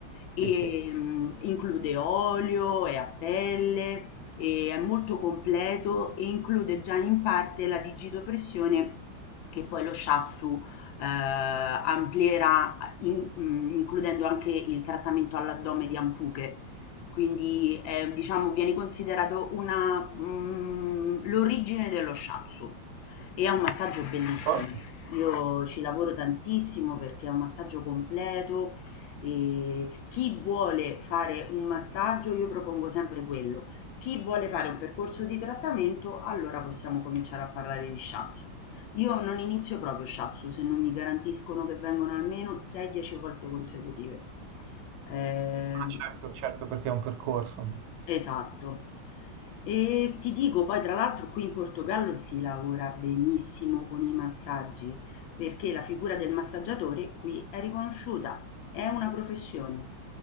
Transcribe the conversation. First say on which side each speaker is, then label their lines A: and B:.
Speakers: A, on the right (about 80°); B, on the left (about 75°).
A: Sì,
B: ehm,
A: sì.
B: include olio, è a pelle, e è molto completo e include già in parte la digitopressione che poi lo shiatsu, ehm, amplierà a in mhmm, includendo anche il trattamento all'addome di Ampuché. Quindi, ehm, diciamo viene considerato una mhmm, l'origine dello shiatsu e è un massaggio bellissimo.
A: Forza.
B: Io ci lavoro tantissimo perché è un massaggio completo e chi vuole fare un massaggio io propongo sempre quello. Chi vuole fare un percorso di trattamento, allora possiamo cominciare a parlare di shiatsu. Io non inizio proprio shiatsu se non mi garantiscono che vengono almeno 6-10 volte consecutive. Ehm
A: Ah, certo, certo, perché è un percorso.
B: Esatto. E ti dico poi tra l'altro qui in Portogallo si lavora benissimo con i massaggi, perché la figura del massaggiatore qui è riconosciuta, è una professione.